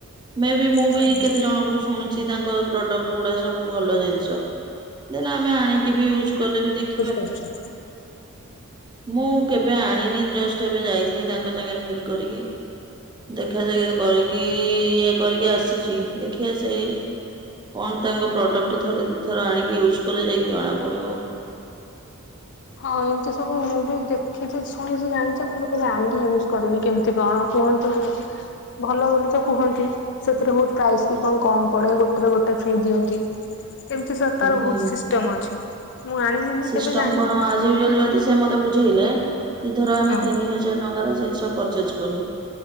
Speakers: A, on the right; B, on the left.
A: ମେ ବି ମୁଁ
B: ହଁ
A: ବି କେତେ ଜଣଙ୍କଠୁ ଶୁ ଶୁଣିଛି ତାଙ୍କ ପ୍ରଡକ୍ଟ ଗୁଡା ସବୁ ଭଲ ଜିନିଷ। ଦେନ ଆମେ ଆଣିକି ବି ୟୁଜ୍ କଲେ ବି ଦେଖିବା।
B: ଆଚ୍ଛା।
A: ମୁଁ କେବେ ଆଣିନି ଜଷ୍ଟ ଏବେ ଯାଇଥିଲି ତାଙ୍କ ସାଙ୍ଗରେ ମିଟ୍ କରିକି। ଦେଖା ସାକ୍ଷାତ କରିକି ଇଏ କରିକି ଆସିଛି ଦେଖିିଆ ସେଇ କଣ ତାଙ୍କ ପ୍ରଡକ୍ଟ ଥରେ ଦିଇଥର ଆଣିକି ୟୁଜ୍ କଲେ ଯାଇକି ଜଣା ପଡ଼ିବ।
B: ହଁ ଏମିତି ସବୁ ମୁଁ ବି ଦେଖିଛି ଶୁଣିଛି ଜାଣିଛି ତମେ ତ ଜାଣିକି ୟୁଜ୍ କରନି କେମିତି। କେମିତି କଣ କୁହନ୍ତୁ ଭଲ ବୋଲି ତ କୁହନ୍ତି। ସେଥିରେ ବହୁତ୍ ପ୍ରାଇସ୍ ବି କଣ କମ ପଡେ ଗୋଟେରେ ଗୋଟେ ଫ୍ରି ଦିଅନ୍ତି। ଏମିତି ସବୁ ତାର
A: ହୁଁ
B: ବହୁତ୍ ସିଷ୍ଟମ୍ ଅଛି ମୁଁ ଆଣିନି ନା
A: ସିଷ୍ଟମ
B: କେବେ ଜାଣିନି।
A: କଣ ଆଜ ୟୂଜ ଆଲ୍ ଯଦି ସେ ମତେ ବୁଝେଇଲେ କି ଧର ଆମେ
B: ହଁ
A: ତିନି ହଜାର ଟଙ୍କାର ଜିନିଷ ପରଚେଜ କଲୁ